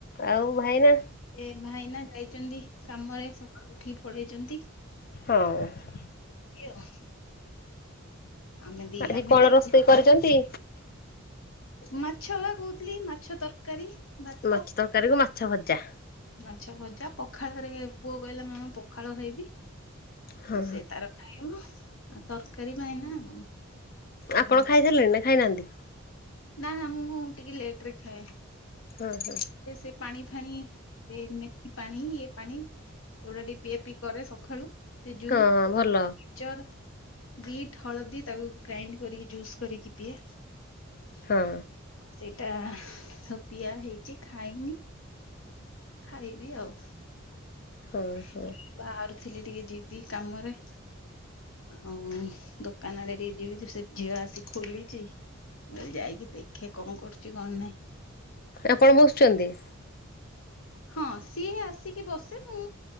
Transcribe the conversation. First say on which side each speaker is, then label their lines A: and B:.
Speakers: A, on the left; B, on the left.
A: ଆଉ ଭାଇନା
B: ଏ ଭାଇନା ଯାଇଚନ୍ତି କାମରେ ସକାଳୁ ଉଠିକି ପଳେଇଛନ୍ତି।
A: ହଁ।
B: ଏମିତି ଆଉ। ଆମେ ଦି
A: ଆଜି
B: ଆମେ
A: କଣ
B: ଦି
A: ରୋଷେଇ କରିଚନ୍ତି?
B: ମାଛ ବା କହୁଥିଲି ମାଛ ତରକାରୀ। ଭାତ
A: ମାଛ ତରକାରୀକୁୁ ମାଛ ଭଜା।
B: ମାଛ ଭଜା ପଖାଳରେ ପୁଅ କହିଲା ମା ମୁଁ ପଖାଳ ଖାଇବି ଆଉ
A: ହଁ
B: ସେ ତାର ଖାଇବୁ ଆଉ ତରକାରୀ ଭାଇନା ଆଉ।
A: ଆପଣ
B: ମୋର
A: ଖାଇସାରିଲେଣି ନା ଖାଇନାହାନ୍ତି?
B: ନା ନା ମୁଁ ଟିକେ ଲେଟ ରେ ଖାଏ।
A: ହଁ ହଁ।
B: ସେ ପାଣି ଫାଣି ଏ ମେଥି ପାଣି ଇଏ ପାଣି ଏଗଟା ଟିକେ ପିଆ ପି କରେ ସକାଳୁ ଜୁସ୍
A: ହଁ ହଁ ଭଲ
B: ଜର ବିଟ୍ ହଳଦୀ ତାକୁ ଗ୍ରାଇଣ୍ଡ କରିକି ଜୁସ୍ କରିକି ପିଏ।
A: ହଁ।
B: ସେଇଟା ସବୁ ପିଆ ହେଇଚି ଖାଇନି। ଖାଇବି ଆଉ।
A: ହଁ
B: ଏଇ
A: ହଁ
B: ବାହାରୁଥିଲି ଟିକେ ଯିବି କାମରେ। ଆଉ ଦୋକାନ ଆଡେ ଟିକେ ଯିବି ସେ ଝିଅ ଆସି ଖୋଲିଚି। ମୁଁ ଯାଇକି ଦେଖେ କଣ କରୁଚି କଣ ନାଇଁ।
A: ଆପଣ ବସୁଚନ୍ତି?
B: ହଁ ସିଏ ଆସିକି ବସେ ମୁଁ